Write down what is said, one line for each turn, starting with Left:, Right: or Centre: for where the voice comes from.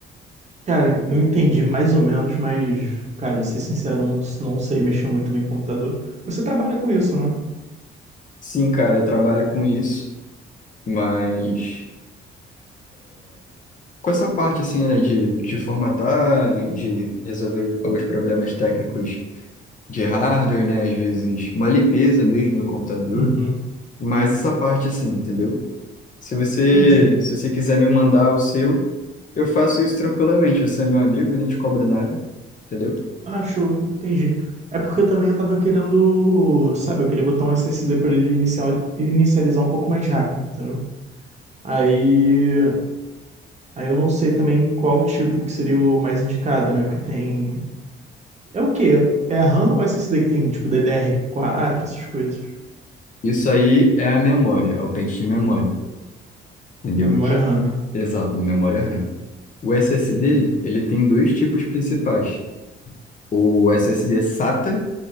Right: Cara, eu entendi mais ou menos, mas, cara, vou ser sincero, eu não, não sei mexer muito bem em computador. Você trabalha com isso, né?
Left: Sim, cara, eu trabalho com isso, mas com essa parte assim, né, de, de formatar, de resolver alguns problemas técnicos de hardware, né, às vezes uma limpeza mesmo no computador,
Right: Uhum.
Left: mas essa parte assim, entendeu? Se você,
Right: Entendi.
Left: se você quiser me mandar o seu, eu faço isso tranquilamente. Você é meu amigo, eu não te cobro nada, entendeu?
Right: Ah, show, entendi. É porque também eu tava querendo, sabe, eu queria botar um SSD pra ele inicial, inicializar um pouco mais rápido, entendeu? Aí, aí eu não sei também qual tipo que seria o mais indicado, né? Porque tem. É o quê? É a RAM ou SSD que tem, tipo, DDR4, essas coisas?
Left: Isso aí é a memória, é o pente de memória, entendeu?
Right: Da memória
Left: Que-
Right: RAM, né?
Left: Exato, na memória RAM. O SSD,
Right: Entendi.
Left: ele tem dois tipos principais. O SSD SATA,